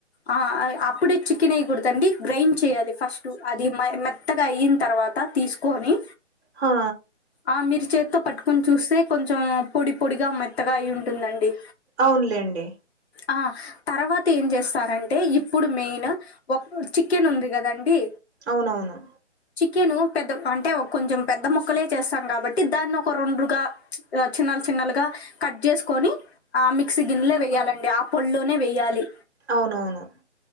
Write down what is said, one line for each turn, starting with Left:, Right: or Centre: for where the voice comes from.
Left: ఆ ఆ అప్పుడే చికెన్ వేయ్యకూడదండి గ్రైండ్ చేయాలి ఫస్ట్ అది మెత్తగా అయిన తర్వాత తీసు కొని
Right: హా
Left: ఆ మీరు చేతితో పట్టుకొని చూస్తే కొంచెం పొడి పొడిగా మెత్తగా అయి ఉంటుందండి
Right: అవున్లేండి
Left: ఆ తర్వాత ఏం చేస్తారంటే ఇప్పుడు మెయిన్ ఒక్కో చికెన్ ఉంది కదండి
Right: అవునవును
Left: చికెను పెద్ద పంటే కొంచెం పెద్ద ముొక్కలే చేస్తాం కాబట్టి దాన్ని ఒక రొండుగా చిన్నలు చిన్నలుగా కట్ చేసుకోని ఆ మిక్సీ గిన్నెలో వెయ్యాలండి ఆ పొల్లోనే వెయాలి
Right: అవునవును